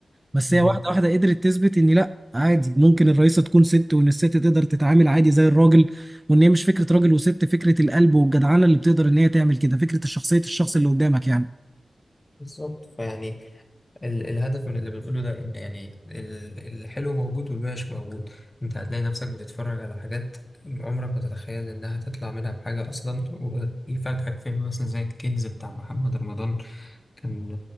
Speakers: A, on the right (about 15°); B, on the left (about 30°).
A: بس
B: امم
A: هي واحدة واحدة قدرت تثبت ان لا عادي ممكن الرئيسة تكون ست وان الست تقدر تتعامل عادي زي الراجل وان هي مش فكرة راجل وست فكرة القلب والجدعانة اللي بتقدر ان هي تعمل كده فكرة الشخصية الشخص اللي قدامك يعني
B: بالظبط فيعني ال الهدف من اللي بنقوله ده ان يعني ال الحلو موجود والوحش موجود انت هتلاقي نفسك بتتفرج على حاجات عمرك ما تتخيل انها تطلع منها بحاجة اصلا ويفاجئك فيلم مثلا زي الكنز بتاع محمد رمضان كان